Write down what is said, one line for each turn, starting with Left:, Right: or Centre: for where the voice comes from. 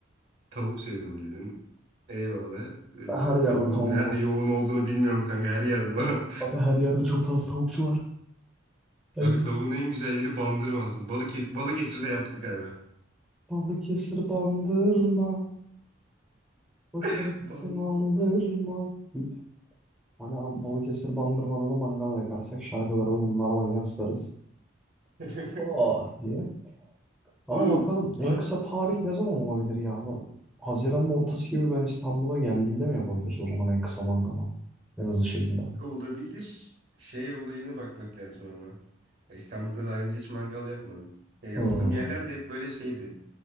Right: tavuk seviyorum dedin. Eyvallah.
Centre: Her yerde
Right: E, tavuğun
Centre: tavuk
Right: nerede
Centre: var.
Right: yoğun olduğunu bilmiyorum kanka her yerde var ama.
Centre: Abi her yerde çok fazla tavukçu var.
Right: <laughs>
Centre: Hani
Right: Abi tavuğun en güzel yeri Bandırma'sı. Balık Balıkesir'de yaptık abi.
Centre: Balıkesir bandırma. Boşver
Right: <laughs>
Centre: gitsin
Right: Ban.
Centre: aldırma. Deyip hani abi Balıkesir bandırmada da mangal yakarsak şarkıları bunlardan yaslarız.
Right: <laughs>
Centre: Oh diye. Ama
Right: Oğlum
Centre: bakalım
Right: bak
Centre: en kısa tarih ne zaman olabilir ya? Bu Haziran'ın ortası gibi ben İstanbul'a geldiğimde mi yapabiliriz o zaman en kısa mangalı? En hızlı şekilde.
Right: Olabilir. Şey olayına bakmak lazım ama. Ya İstanbul'da daha önce hiç mangal yapmadım. Ya yaptığım
Centre: Hmm.
Right: yerler de hep böyle şeydi.